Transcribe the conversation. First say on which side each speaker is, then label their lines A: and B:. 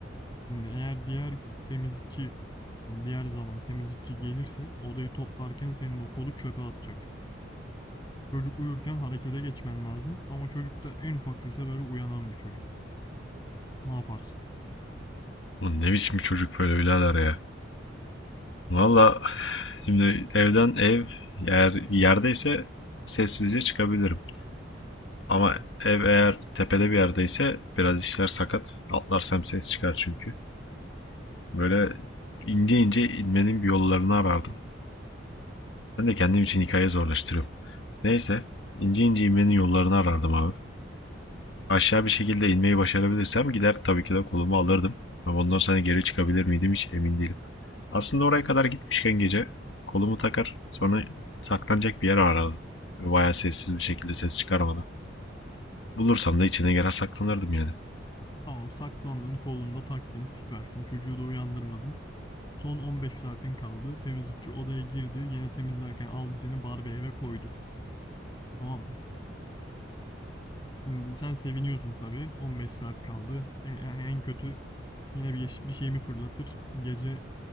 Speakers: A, on the left; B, on the left.
A: Şimdi eğer diğer temizlikçi, yani diğer zaman temizlikçi gelirse odayı toplarken senin o kolu çöpe atacak. Çocuk uyurken harekete geçmen lazım ama çocuk da en ufak sese böyle uyanan bir çocuk. Ne yaparsın?
B: Bu ne biçim bir çocuk böyle birader ya. Valla şimdi evden ev eğer yerdeyse sessizce çıkabilirim. Ama ev eğer tepede bir yerdeyse biraz işler sakat. Atlarsam ses çıkar çünkü. Böyle ince ince inmenin bir yollarını arardım. Ben de kendim için hikaye zorlaştırıyorum. Neyse, ince ince inmenin yollarını arardım abi. Aşağı bir şekilde inmeyi başarabilirsem gider tabii ki de kolumu alırdım. Ama ondan sonra geri çıkabilir miydim hiç emin değilim. Aslında oraya kadar gitmişken gece kolumu takar sonra saklanacak bir yer arardım. Ve bayağı sessiz bir şekilde ses çıkarmadan. Bulursam da içine girer saklanırdım yani.
A: Tamam saklandın, kolunda taktın, süpersin. Çocuğu da uyandırmadın. Son 15 saatin kaldı. Temizlikçi odaya girdi. Yine temizlerken aldı seni Barbie eve koydu. Tamam mı? Şimdi sen seviniyorsun tabii. 15 saat kaldı. E, yani en kötü yine bir, bir şeyimi fırlatır. Gece